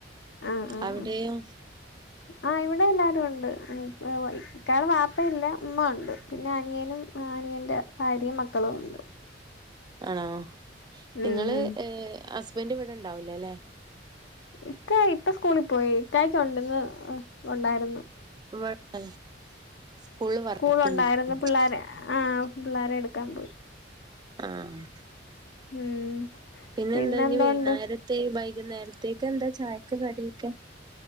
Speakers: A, on the left; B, on the right.
A: ആഹ് ആഹ്
B: അവിടെയോ
A: ആഹ് ആഹ് ഇവിടെ എല്ലാരും ഉണ്ട് ഇക്കാടെ വാപ്പയില്ല ഉമ്മ ഉണ്ട് പിന്നെ അനിയനും അനിയൻ്റെ ഭാര്യയും മക്കളുണ്ട്
B: ആണോ
A: ഉം
B: ഇങ്ങള്
A: ഉം
B: ഏഹ് ഹസ്ബൻന്റ് ഇവിടെ ഉണ്ടാവൂലാ അല്ലെ
A: ഇക്ക ഇപ്പ സ്കൂളിൽ പോയി ഇക്കായിക്ക ഉണ്ടന്ന് ഉണ്ടായിരുന്നു
B: ഇവടെ സ്കൂളിൽ വർക്ക്‌
A: സ്കൂൾ ഉണ്ടായിരുന്നു
B: <unintelligible>
A: പിള്ളേരെ ആഹ് പിള്ളേരെ എടുക്കാൻ പോയി
B: ആഹ്
A: ഉം
B: പിന്നെ
A: പിന്നെന്തോണ്ട്
B: എന്താ ഇഞ്ഞി വൈന്നേരത്തെ വൈകുന്നേരത്തേക്ക്‌ എന്താ ചായക്ക്‌ കടിയൊക്കെ